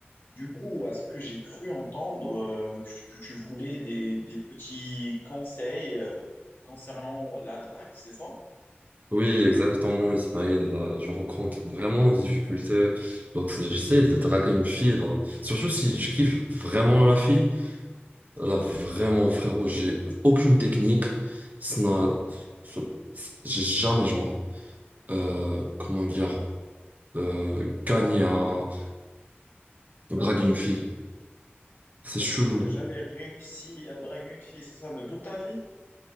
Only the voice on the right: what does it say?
Oui, exactement, Ismaël. là, je rencontre vraiment des difficultés lorsque j'essaie de draguer une fille. Là. Surtout si je kiffe vraiment la fille. Là, vraiment, frérot, j'ai aucune technique. Ça n'a- ça- J'ai jamais, genre, euh, comment dire, euh, gagné à draguer une fille. C'est
chelou.